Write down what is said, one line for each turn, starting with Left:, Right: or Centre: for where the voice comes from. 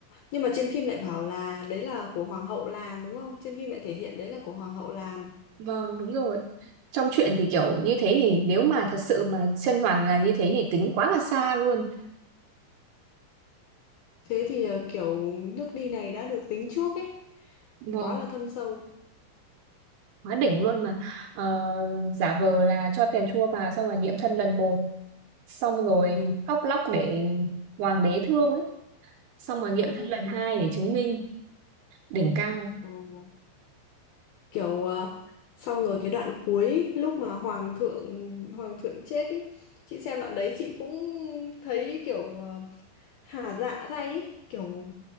Left: nhưng mà trên phim lại bảo là đấy là của hoàng hậu làm đúng không trên phim lại thể hiện đấy là của hoàng hậu làm
Right: Vâng, đúng rồi. Trong chuyện thì kiểu như thế thì nếu mà thật sự mà chân hoàn là như thế thì tính quá là xa luôn.
Left: thế thì ờ, kiểu nước đi này đã được tính trước ấy
Right: Vâng,
Left: quá là thâm sâu
Right: quá đỉnh luôn mà. Ờ, giả vờ là cho phèn chua vào xong rồi nghiệm thân lần một. Xong rồi
Left: ừ
Right: khóc lóc để hoàng đế thương ấy. Xong rồi nghiệm
Left: Ừ.
Right: thân lần hai để chứng minh đỉnh cao.
Left: Ồ, kiểu ờ, xong rồi cái đoạn cuối lúc mà hoàng thượng hoàng thượng chết ý chị xem đoạn đấy chị cũng thấy kiểu ờ, Hả dạ thay ý. kiểu